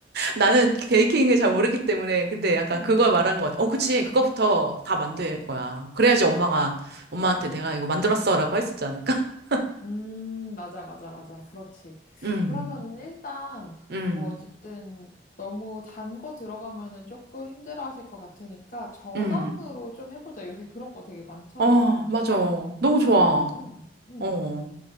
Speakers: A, on the right; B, on the left.
A: 나는 베이킹을 잘 모르기 때문에 근데 약간
B: 응,
A: 그걸
B: 응,
A: 말하는 것
B: 응.
A: 같아. 어, 그치. 그거부터 다 만들 거야. 그래야지 엄마가 엄마한테 내가 이거 만들었어라고 할 수 있지 않을까? <laughs>
B: 음, 맞아, 맞아, 맞아. 그렇지.
A: 음.
B: 그러면은 일단,
A: 음.
B: 뭐, 어쨌든, 너무 단 거 들어가면은 조금 힘들어 하실 것 같으니까, 저당으로
A: 음.
B: 좀 해보자. 요새 그런 거 되게 많잖아.
A: 어, 맞아. 너무 좋아.
B: 응, 응, 응.
A: 어.